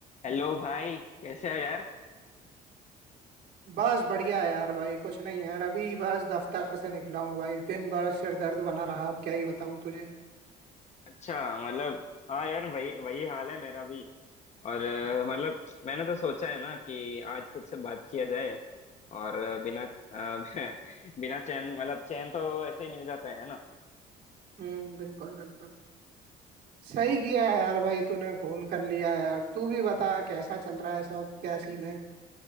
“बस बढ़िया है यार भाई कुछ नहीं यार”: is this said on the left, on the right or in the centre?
Right